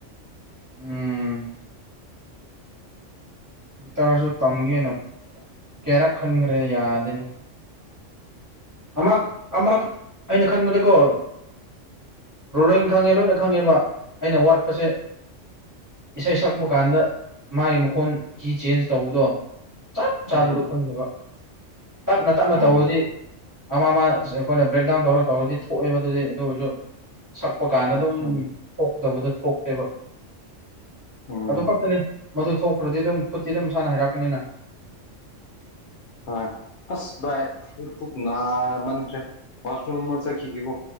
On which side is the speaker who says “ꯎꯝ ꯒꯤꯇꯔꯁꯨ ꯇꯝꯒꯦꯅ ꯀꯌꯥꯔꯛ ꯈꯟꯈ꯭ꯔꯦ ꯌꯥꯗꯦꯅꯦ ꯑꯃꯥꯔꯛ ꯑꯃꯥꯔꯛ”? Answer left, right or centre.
Right